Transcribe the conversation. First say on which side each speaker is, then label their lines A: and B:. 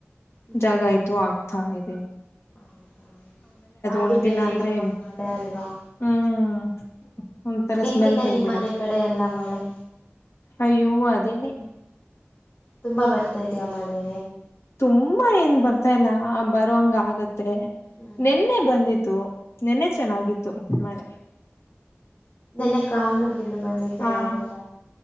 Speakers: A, on the left; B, on the left.
A: ಹ್ಮ್
B: ಜಾಗ
A: ಹ್ಮ್
B: ಆಯ್ತು ಆಗ್ತಾ ಇದೆ
A: ಹೌದಾ ಅದು
B: ಒಣಗಿಲ್ಲ
A: ಬೇರೆಾಗಮ್ಮ
B: ಅಂದ್ರೆ
A: ಮಾಡೆ ಅಲ್ವಾ
B: ಹ್ಮ್ ಒಂಥರ
A: ಹೆಂಗಿದೆ
B: ಸ್ಮೆಲ್ ಬಂದ್ಬಿಡತ್ತೆ
A: ನಿಮ್ಮ್ ಮನೆ ಕಡೆ ಎಲ್ಲಾ ಮಳೆ
B: ಅಯ್ಯೋ ಅದೇನೆ
A: ತುಂಬಾ ಬರ್ತಾ ಇದ್ಯಾಾ ಮಳೆ
B: ತುಂಬಾ ಏನ್ ಬರ್ತಾಲ್ಲ ಬರುವಂಗ ಆಗತ್ತೆ
A: ಹ್ಮ್
B: ನೆನ್ನೆ ಬಂದಿತ್ತು ನೆನ್ನೆ ಚೆನ್ನಾಗಿತ್ತು ಮಳೆ
A: ನೆನ್ನ ಕಾಮನ ಬಿಲ್ು ಬಂದಿತ್ತುು
B: ಆ
A: ನೋಡಿದ್ರ